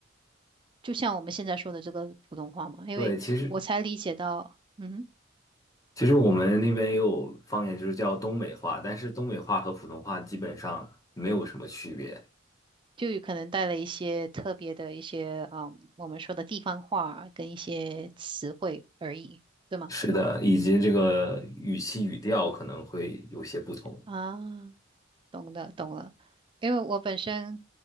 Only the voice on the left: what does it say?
对，其实
其实我们那边也有方言，就是叫东北话，但是东北话和普通话基本上没有什么区别。
是的，以及这个语气语调可能会有些不同。